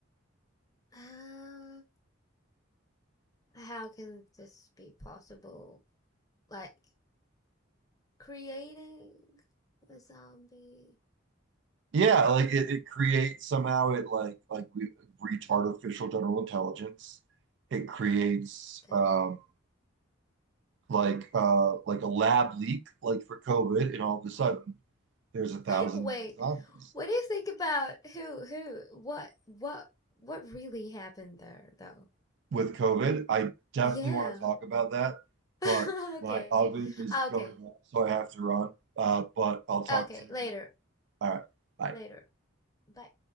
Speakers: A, on the left; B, on the right.
A: Um, how can this be possible? Like creating a zombie?
B: Yeah, like it, it creates somehow it like like we reach artificial general intelligence. It creates
A: Okay.
B: um like uh like a lab leak like for COVID and all of a sudden there's a thousand
A: <laughs> Wait.
B: zombies
A: What do you think about who who what what what really happened there though?
B: with COVID. I definitely
A: Yeah.
B: want to talk about that,
A: <laughs>
B: but
A: Okay.
B: my oven is
A: Ah,
B: going
A: Okay.
B: off, so I have to run. Uh, but I'll talk
A: Okay.
B: to you
A: Later.
B: again. All right. Bye.
A: Later. Bye.